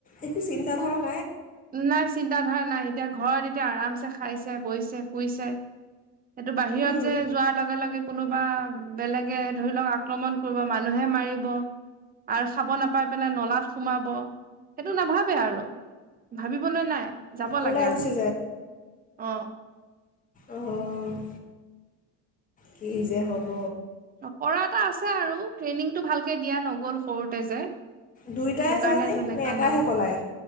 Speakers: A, on the left; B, on the right.
A: একো চিন্তাধাৰণা
B: নাই চিন্তা ধাৰা নাই এতিয়া ঘৰত এতিয়া আৰামছে খাইছে বৈছে। শুইছে। সেইটো বাহিৰত
A: উম,
B: যে যোৱাৰ লগে লগে কোনো বা বেলেগে ধৰি লওক, আক্ৰমণ কৰিব মানুহে মাৰিব আৰু খাব নাপাই পেলাই নলাত সোমাব, সেইটো নাভাবে আৰু ভাবিবলৈ নাই। যাব
A: ওলাই
B: লাগে
A: গুচি
B: আৰু অ
A: অ' কি যে হ'ব!
B: কৰা এটা আছে আৰু ট্ৰেইনিংতটো ভালকে দিয়া নগ'ল সৰুতে যে
A: দুয়োটাই
B: সেইটো কাৰণে
A: যায়নে,
B: তেনেকা
A: নে এটাহে
B: হ'ল
A: পলায়?